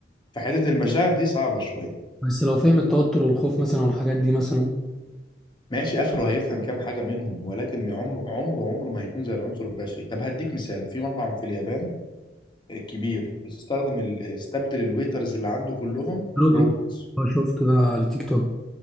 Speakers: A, on the left; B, in the centre.
A: فحتة المشاعر دي صعبة شوية
B: بس لو فاهم التوتر والخوف مثلا والحاجات دي مثلا
A: ماشي آخره هيفهم كام حاجة منهم ولكن عمره عمره عمره ما هيكون زي العنصر البشري طب هديك مثال في مطعم في اليابان كبير استخدم ال... استبدل الويترز اللي عنده كلهم
B: روبوت
A: روبوتس
B: اه شفته ده على التيك توك